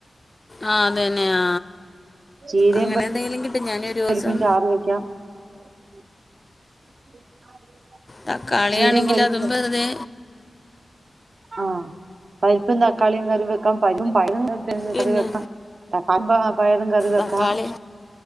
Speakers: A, on the left; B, on the right.
A: ആഹ് അത് തന്നെയാ
B: ചീരയും
A: അങ്ങനെ എന്തെങ്കിലും കിട്ടും ഞാന ഒരു ദിവസം
B: പരിപ്പും ചാറ് <inaudible>
A: തക്കാളിയാണെങ്കില്
B: ചീരയും പരിപ്പും
A: അതും വെറുതെ
B: ആഹ പരിപ്പും തക്കാളിയും കറി വെക്കാൻ പരിപ്പും പ
A: പിന്നെ
B: കറി വെക്കാം കമ്പ പയരും കറി വെക്കാം
A: തക്കാളി